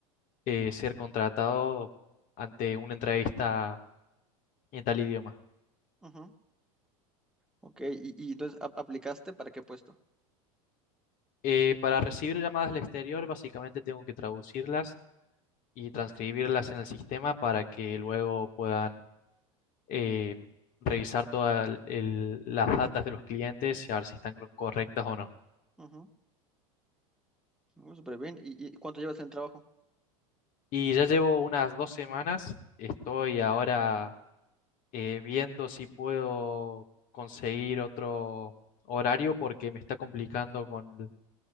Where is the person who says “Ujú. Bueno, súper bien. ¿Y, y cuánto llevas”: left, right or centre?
Centre